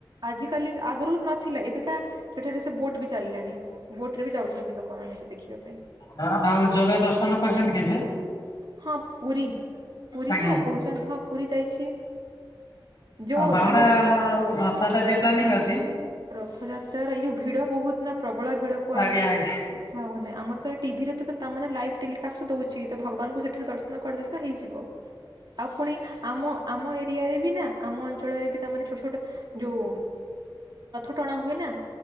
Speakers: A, on the right; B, on the left.
A: ଆଜିିକାଲି ଆଗରୁ ନଥିଲା ଏବେକା ସେଠାରେ ସେ ବୋଟ ବି ଚାଲିଲାଣି ବୋଟ ରେ ବି ଯାଉଛନ୍ତି ଲୋକମାନେ ସେ ଦେଖିବା ପାଇଁ।
B: ହଁ ଆଉ ଜଗା ଦର୍ଶନ କରିଚନ୍ତି କେବେ?
A: ହଁ ପୁରୀ ପୁରୀ
B: ଆଜ୍ଞା
A: ତ କହୁଚନ୍ତି ହଁ ପୁରୀ ଯାଇଛି। ଯୋଉ
B: ଆଉ ବାହୁଡା
A: ଆମେ
B: ଆମର ରଥଯାତା ଜିଆ ପ୍ଲାନିଂ ଅଛି।
A: ରଥଯାତ୍ରାର ଏଇ ଯୋଉ ଭିଡ ବହୁତ ନାଁ ପ୍ରବଳ ଭିଡ କୁ ଆଉ
B: ଆଜ୍ଞା ଆଜ୍ଞା
A: ଇଚ୍ଛା ହଉନାଇ ଆମର ତ ଏଇଠି ଟିଭିରେ ତ ତାମାନେ ଲାଇଭ ଟେଲିକାଷ୍ଟ ଦଉଚି ତ ଭଗବାନଙ୍କୁ ସେଠାରେ ଦର୍ଶନ କରିଦେଲେ ତ ହେଇଯିବ ଆଉ ପୁଣି ଆମ ଆମ ଏରିଆରେ ବି ନାଁ ଆମ ଅଞ୍ଚଳରେ ବି ତାମାନେ ଛୋଟ ଛୋଟ ଯୋଉଁ ଟଣା ହୁଏ ନାଁ